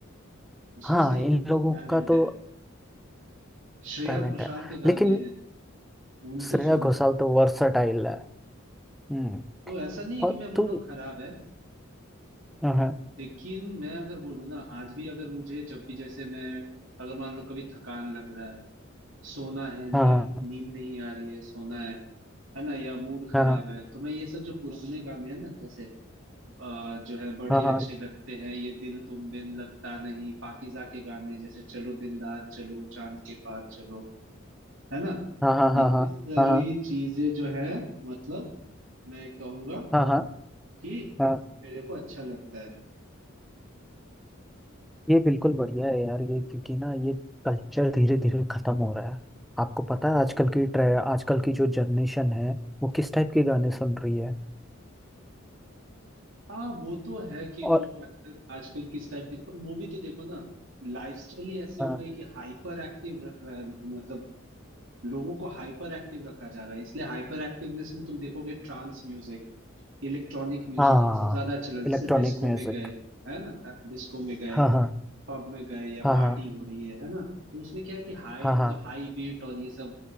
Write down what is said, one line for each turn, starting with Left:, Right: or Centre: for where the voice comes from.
Right: उसमें
Centre: हाँ
Right: सही
Centre: इन
Right: में उसका
Centre: लोगों
Right: टैलेंट
Centre: का तो
Right: है श्रेया
Centre: टैलेंट
Right: घोषाल
Centre: है
Right: के गाने
Centre: लेकिन
Right: हैं उनको
Centre: श्रेया
Right: सुनो
Centre: घोषाल तो वर्सटाइल है हम्म
Right: तो ऐसा नहीं है कि
Centre: और
Right: मैं बोल
Centre: तू
Right: रहा हूँ खराब है
Centre: हाँ हाँ
Right: लेकिन मैं अगर बोलूँ ना आज भी अगर मुझे जब भी जैसे मैं अगर मान लो कभी थकान लग रहा है सोना है नींद
Centre: हाँ
Right: नींद नहीं आ रही है सोना है है ना या मूड खराब
Centre: हाँ हाँ
Right: है तो मैं ये सब जो पुराने गाने हैं ना जैसे अ, जो है बड़े
Centre: हाँ
Right: अच्छे लगते हैं ये दिल तुम बिन लगता नहीं पाकीज़ा के गाने जैसे चलो दिलदार चलो चांद के पार चलो है ना
Centre: हाँ हाँ हाँ
Right: ये
Centre: हाँ
Right: सारी
Centre: हाँ हाँ
Right: चीजें जो है मतलब मैं कहूंगा
Centre: हाँ हाँ
Right: कि
Centre: हाँ, हाँ।
Right: मेरे को अच्छा लगता है
Centre: ये बिल्कुल बढ़िया है यार ये क्योंकि ना ये कल्चर धीरे धीरे खत्म हो रहा है आपको पता है आजकल की ट्रे आजकल की जो जनरेशन है वो किस टाइप के गाने सुन रही है
Right: हाँ वो तो है कि
Centre: और
Right: वो आजकल आजकल किस टाइप की पर वो भी तो देखो ना लाइफस्टाइल ही ऐसे हो
Centre: हाँ
Right: गई कि हाइपर एक्टिव रख रहा है मतलब लोगों को हाइपर एक्टिव रखा जा रहा है इसलिए हाइपर एक्टिवनेस में तुम देखोगे ट्रांस म्यूजिक इलेक्ट्रॉनिक म्यूजिक
Centre: हाँ
Right: ये सब ज्यादा अच्छा लग जैसे
Centre: इलेक्ट्रॉनिक
Right: डिस्को
Centre: म्यूजिक
Right: में गए है ना डिस्को में गए
Centre: हाँ हाँ
Right: पब में गए या
Centre: हाँ
Right: पार्टी
Centre: हाँ
Right: हो रही है है ना तो उसमें क्या है कि हाई
Centre: हाँ
Right: मतलब
Centre: हाँ
Right: हाई बीट और ये सब